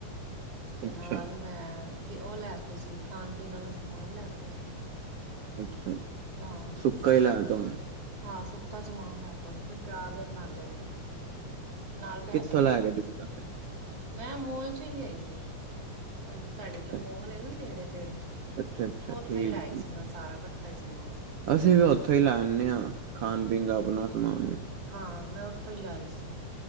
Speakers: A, on the right; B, on the right.
A: ਤੇ
B: ਅੱਛਾ
A: ਨਾਲ ਮੈਂ ਤੇ ਓ ਲੈ ਤੇ ਸੀ ਖਾਨ- ਪੀਨ ਆਲਾ ਸਮਾਨ ਲੈ ਤਾ ਸੀ।
B: ਅੱਛਾ,
A: ਹਾਂ
B: ਸੁੱਕਾ ਈ ਲੈ ਤਾ ਉ
A: ਹਾਂ ਸੁੱਕਾ ਸਮਾਨ ਲੈ ਤਾ ਸੀ ਬਈ ਚਾਰ ਦਿਨ ਖਾਂਦੇ ਰੈਣ, ਨਾਲ ਪੈਸੇ
B: ਕਿੱਥੋਂ
A: ਦੇ
B: ਲੈ ਕੇ
A: ਤੇ
B: ਦਿੱਤਾ
A: ਸੀ।
B: ਫਿਰ?
A: ਮੈਂ ਮੋਲ ਚੋ ਈ ਲਿਆਈ ਸੀ, ਅ - ਸਾਡੇ
B: ਅੱਛਾ
A: ਤਾਂ ਮੋਲ ਏ ਨਾ ਨੇੜੇ- ਤੇੜੇ
B: ਅੱਛਾ ਅੱਛਾ
A: ਓਥੇ
B: ਠੀਕ
A: ਈ ਲੈ ਆਈ
B: ਠੀਕ
A: ਸੀ ਮੈਂ ਸਾਰਾ ਕੱਠਾ ਈ ਸਮਾਨ।
B: ਅਸੀਂ ਵੀ ਓਥੋ ਈ ਲੈ ਆਨੇ ਆ ਖਾਨ - ਪੀਨ ਦਾ ਅਪਨਾਂ ਸਮਾਨ।
A: ਹਾਂ, ਮੈਂ ਉੱਥੋ ਈ ਲੈ ਆਈ ਸੀ।